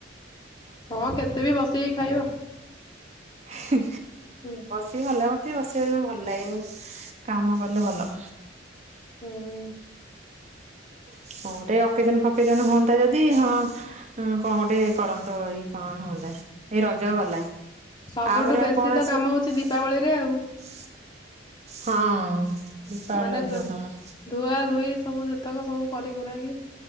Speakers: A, on the left; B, on the right.
A: ହଁ କେତେ ବି ବସିକି ଖାଇବ।
B: ହଁ।
A: ହୁଁ।
B: ଭଲ ଲାଗେ ମୋତେ ବସିବାକୁ ଜମା ଭଲ ଲାଗେନି କାମ କଲେ ଭଲ।
A: ହଁ।
B: କଣ ଗୋଟେ ଅକେଜନ ଫକେଜନ ହୁଅନ୍ତା ଯଦି ହଁ ହ କଣ ଗୋଟେ କରନ୍ତ ଏଇ କଣ ହୁଅନ୍ତା ଏଇ ରଜ ଗଲା।
A: ସବୁଠୁ
B: ଆପରେ
A: ବେଶୀ
B: ଆଉ କଣ
A: ତ
B: ଆସିବ
A: କାମ ହଉଛି
B: କେ
A: ଦୀପାବଳିରେ ଆଉ
B: ହଁ ଦୀପାଳ
A: ମାନେ
B: ଝଅ କାମ।
A: ଧୁଆ ଧୋଇ ସବୁ ଯେତକ ସବୁ କରି କରେଇକି